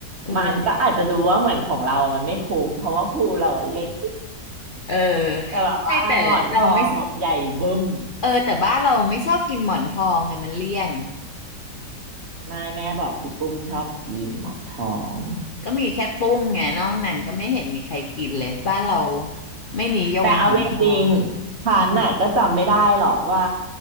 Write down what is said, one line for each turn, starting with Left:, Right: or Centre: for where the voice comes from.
Left: เออ
Right: มันก็อาจจะดูว่าเหมือนของเราอะมันไม่คุ้ม เพราะว่าภูเราอะเล็กนิด
Left: เออ
Right: แต่แบบว่าหมอนทองแบบใหญ่บึ้ม
Left: ไม่แต่เราไม่สเออแต่บ้านเราไม่ชอบกินหมอนทองไงมันเลี่ยน
Right: ไม่แม่บอกพี่ปุ้มชอบกินหมอนทอง
Left: ก็มีแค่ปุ้มไงนอกนั้นก็ไม่เห็นมีใครกินเลยบ้านเราไม่นิยมหมอนทอง
Right: แต่เอาจริงๆฉันน่ะก็จำไม่ได้หรอกว่า
Left: อืม